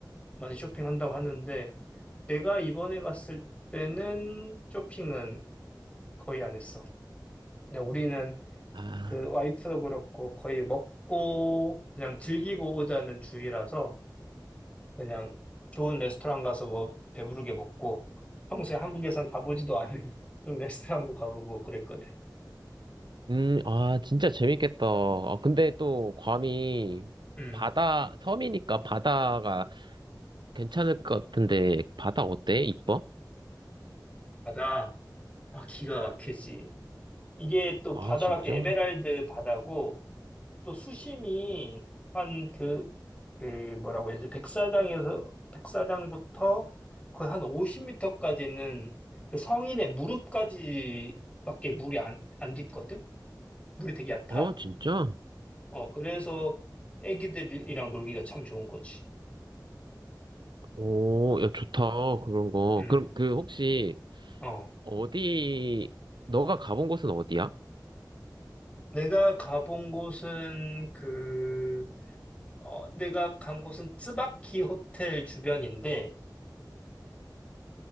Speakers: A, on the left; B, on the right.
A: 많이 쇼핑한다고 하는데 내가 이번에 갔을 때는 쇼핑은 거의 안 했어. 그냥 우리는
B: 아,
A: 그 와이프도 그렇고 거의 먹고 그냥 즐기고 오자는 주의라서 그냥 좋은 레스토랑 가서 뭐 배부르게 먹고 평소에 한국에선 가보지도 않은 <laughs> 그런 레스토랑도 가보고 그랬거든.
B: 음, 아, 진짜 재밌겠다. 아, 근데 또 괌이
A: 음,
B: 바다, 섬이니까 바다가 괜찮을 것 같은데 바다 어때? 이뻐?
A: 바다. 아, 기가 막히지. 이게 또
B: 아,
A: 바다가
B: 진짜?
A: 그 에메랄드 바다고 또 수심이 한그 그 뭐라고 해야지 백사장에서 백사장부터 거의 한 50m까지는 그 성인의 무릎까지밖에 물이 안, 안 깊거든? 물이 되게 얕아.
B: 어, 진짜?
A: 어, 그래서 애기들이랑 놀기가 참 좋은 거지.
B: 오, 야, 좋다. 그런 거.
A: 음,
B: 그럼 그 혹시
A: 어.
B: 어디 너가 가본 곳은 어디야?
A: 내가 가본 곳은 그, 어, 내가 간 곳은 쯔바키 호텔 주변인데,